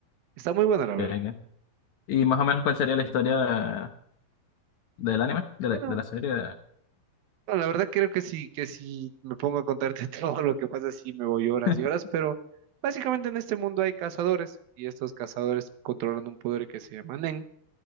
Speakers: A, on the right; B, on the left.
A: Está muy bueno la verdad.
B: ok. Y más o menos cuál sería la historia ¿Del anime? ¿De la,
A: Bueno,
B: de la serie?
A: Bueno, la verdad creo que sí, que si me pongo a contarte <laughs> todo lo que pasa, sí me voy horas
B: <laughs>
A: y horas, pero básicamente en este mundo hay cazadores y estos cazadores controlan un poder que se llama Nen.